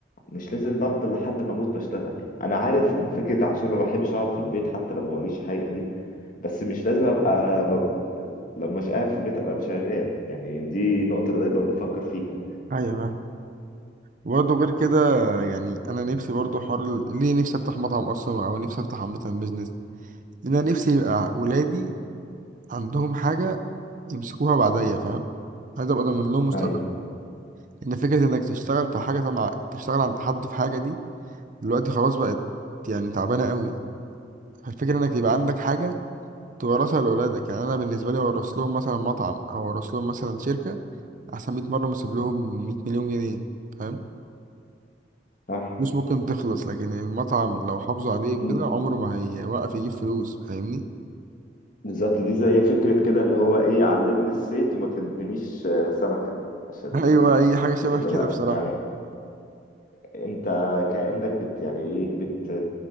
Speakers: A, on the left; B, on the right.
A: مش لازم افضل لحد ما اموت بشتغل انا عارف ان فكره عشان ما بحبش اقعد في البيت حتى لو ما وريش حاجه دي بس مش لازم ابقى ما... لو مش قاعد في البيت ابقى شغال يعني دي نقطه أنا دايما بفكر فيها
B: ايوه فاهم. وبرضه غير كده يعني انا نفسي برضه حوار ال- ليه نفسي افتح مطعم اصلا او نفسي افتح عامة بيزنس لان انا نفسي يبقى ولادي عندهم حاجة يمسكوها بعديا فاهم عايز ابقى ضامن لهم مستقبل
A: ايوه
B: ان فكره انك تشتغل في حاجه تبع تشتغل عند حد في حاجه دي دلوقتي خلاص بقت يعني تعبانه قوي الفكره انك يبقى عندك حاجه تورثها لاولادك يعني انا بالنسبه لي اورث لهم مثلا مطعم او اورث لهم مثلا شركه احسن 100 مره ما اسيب لهم 100 مليون جنيه فاهم
A: صح
B: مش ممكن تخلص لكن المطعم لو حافظوا عليه وكده
A: م.
B: عمره ما هيوقف يجيب فلوس فاهمني
A: بالظبط دي زي فكره كده اللي هو ايه علمني الصيد وما تدينيش آه، سمكه عشان
B: <laughs> ايوه اي حاجه شبه
A: اللي
B: كده
A: هو
B: بصراحه
A: يعني انت كانك بت يعني ايه بت